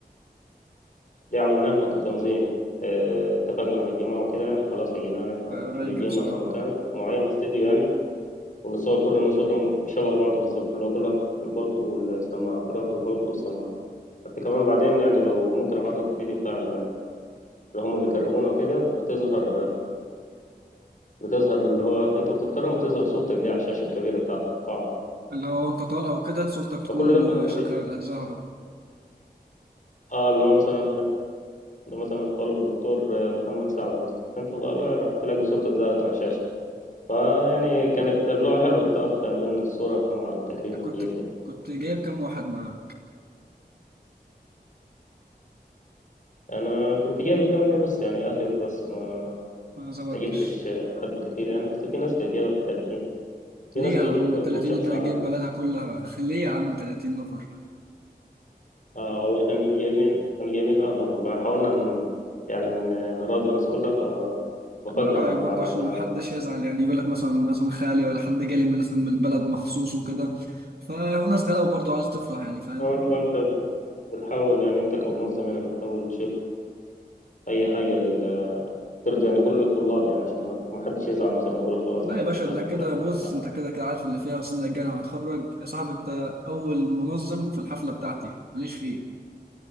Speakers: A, on the left; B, on the right.
A: دي عملناها احنا كتنظيم اه اتفقنا مع الجماعة وكده يعني خلاص يا جدعان احنا
B: رايقة
A: هنتجمع
B: بصراحة
A: في مكان معين استديو يعني ونصور كلنا صورة شبه بعض بالظبط اللي هو كل واحد بالبلطو والسماعة كل واحد بالبلطو والسماعة حتى كمان بعدين يعني لو ممكن أبعت لك الفيديو بتاع اللي هم بيكرمونا وكده بتظهر بتظهر اللي هو انت بتتكرم بتظهر صورتك دي على الشاشه الكبيره بتاعه القاعه
B: اللي هو انت طالع وكده صورتك تكون
A: فكل ده كنا بت...
B: شغالة زهرة
A: اه اللي هو مثلا مثلا الطالب الدكتور محمد سعد مثلا انت طالع راح تلاقي صورتك ظهرت على الشاشه فيعني كانت اللي هو حلو التوافق يعني بين الصوره مع التكريم والحاجات
B: كنت
A: دي
B: كنت جايب كام واحد معاك
A: انا كنت جايب التمانية بس يعني اهلي بس ما,
B: ما زودتش
A: ما جبتش حد كتير يعني بس في ناس كانت جايبه 30 في
B: ليه
A: ناس
B: يا
A: كانت
B: عم
A: جايبه 30
B: 30
A: شخص
B: انت هتجيب
A: عادي
B: بلدها كلها <laughs> ليه يا عم 30 نفر
A: اه والله كانوا جايبين كانوا جايبين اهلهم والله حاولنا ن... يعني ن- نراضي الناس كلها فوافقنا
B: على رأيك
A: يعني على
B: برضه
A: العدد
B: عشان
A: ده
B: محدش
A: عادي
B: يزعل يعني يقول لك مثلا مثلا خالي ولا حد جالي من- مثلا من البلد مخصوص وكده فالناس غلابة برضه عايزة تفرح يعني فاهم
A: أو انت انت بت- بتحاول يعني انت كمنظم يعني بتحاول تشوف اي حاجه لل ترضي يعني كل الطلاب يعني عشان ما ما حدش يزعل مثلا يقول لك خلاص
B: لا
A: انا
B: يا
A: مش
B: باشا
A: حابب
B: انت كده
A: حفله
B: بص
A: وبتاع
B: انت كده كده عارف اللي فيها وسنك الجنة وهتخرج يا صاحبي انت أول منظم في الحفلة بتاعتي ماليش فيه